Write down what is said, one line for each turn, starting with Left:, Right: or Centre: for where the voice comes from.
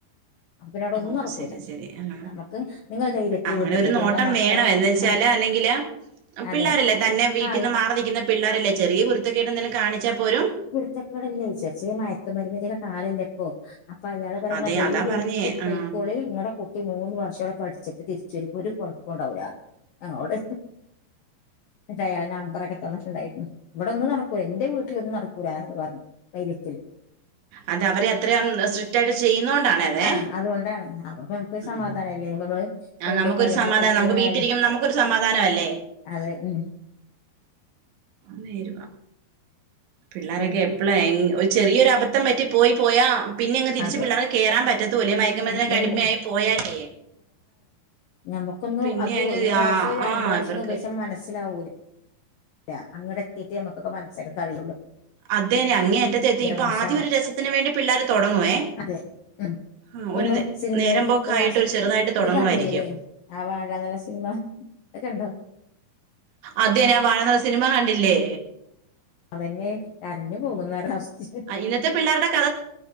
Left: അപ്പൊ പിന്നെ അവിടെ ഒന്നും
Right: ഓഹ്
Left: നടക്കൂല
Right: ശരി ശരി ആഹ്.
Left: നമുക്ക് നിങ്ങൾ ധൈര്യത്തിൽ
Right: അങ്ങനെ
Left: വീട്ടിൽ
Right: ഒരു
Left: പോയിക്കോ
Right: നോട്ടം
Left: നിങ്ങളെ മക്കള്
Right: വേണം എന്ന് വെച്ചാല്
Left: ആ
Right: അല്ലെങ്ക ങ്കില്
Left: അതെ
Right: പിള്ളാരല്ലേ തന്നെ വീട്ടിന്ന്
Left: ആ
Right: മാറി നിക്കുന്ന പിള്ളാരല്ലേ ചെറിയ കുരുത്തകേട് എന്തേലും കാണിച്ചാൽ പോലും
Left: ച്ചക്കടല്ലേ വിചാരിച്. മയത്ത് പരുമതിക്കെ കാർ കഴിക്കിയപ്പോ പറയ
Right: അതെ
Left: ഇങ്ങള് ധൈര്യആയിട്ട്
Right: അതാ പറഞ്ഞേ ആ
Left: പേയിക്കോളി ഇങ്ങളടെ കുട്ടി മൂന്ന് വർഷോടെ പഠിച്ചിട്ട് തിരുച്ചൂ വരുമ്പോ ഒര് കൊയപ്പും ഉണ്ടാവൂല, ഞങ്ങളോട് അയാളുടെ നമ്പർ ഒക്കെ തന്നട്ട് ഇണ്ടായിര്ന്ന് ഇവിടെന്നും നടക്കൂല. എന്റെ വീട്ടിലൊന്നും നടക്കൂലത് പറഞ്ഞു ധൈര്യത്തില്
Right: അതെ അവര് അത്രയും സ്ട്രിക്റ്റ് ആയിട്ട് ചെയ്യുന്നതൊണ്ടാണ് അതെ
Left: ആ അതുകൊണ്ടാണ് ഞാനിപ്പോ
Right: ഉം
Left: സമാധാനയില്ലേ
Right: ആ
Left: റെന്റും
Right: നമുക്കൊരു
Left: കാര്യങ്ങളൊക്കെ
Right: സമാധാനം
Left: കൊടുത്
Right: നമുക്ക്
Left: കഴിഞ്ഞാല്.
Right: വീട്ടിലിരിക്കുമ്പോ നമുക്കൊരു സമാധാനം അല്ലേ
Left: അതെ മം
Right: നേരുവ പിള്ളേരൊക്കെ
Left: പിന്നെ
Right: അപ്പളാ ഒര് ചെറിയൊരു അബദ്ധം പറ്റി പോയി പോയാ പിന്നെ അങ്ങ് തിരിച്ച്
Left: അതെ
Right: പിള്ളേർക്ക് കേറാൻ പറ്റത്തൂല്ല. ഈ മയക്കുമരുന്നൊക്കെ
Left: ബുദ്ധിമു
Right: അടിമയായി പോയാലേ
Left: നമുക്കൊന്ന്
Right: പിന്നെ
Left: അത്
Right: അങ്ങ്
Left: ഒരു പ്രാവശ്യം
Right: ആ
Left: രണ്ട്
Right: ആ
Left: പ്രാവശ്യംന്ന്
Right: ഇവർക്ക്
Left: ഉപയോഗിച്ച മനസ്സിലാവൂലേ അല്ല അങ്ങടെത്തീറ്റെ ഞമ്മക്കൊക്കെ മനസ്സൊക്കെ കഴിയൊള്ളൂ.
Right: അതെനെ അങ്ങേറ്റത്തെത്തി ഇപ്പൊ
Left: മോശാണ്
Right: ആദ്യം ഒരു രസത്തിന് വേണ്ടി പിള്ളേര് തൊടങ്ങുവേ.
Left: അതെ ം പ്പ
Right: ആഹ് ഒരു
Left: ഞമ്മള്
Right: നേ
Left: സിനിമേല്
Right: നേരം പോക്കായിട്ട്
Left: ഇപ്പ രാസ്
Right: ഒരു ചെറുതായിട്ട് തൊടങ്ങുവായിരിക്കും.
Left: ത് കാണണ്ടീല്ലേ? ആ വാഴ നല്ല സിനിമ അത് കണ്ടോ?
Right: അതന്നെ ആഹ് വാഴന്ന്ള്ള സിനിമ കണ്ടില്ലേ?
Left: അതെന്നെ കരഞ്ഞ പോകുന്നൊരവസ്ഥ.
Right: ഇന്നത്തെ പിള്ളേരുടെ ക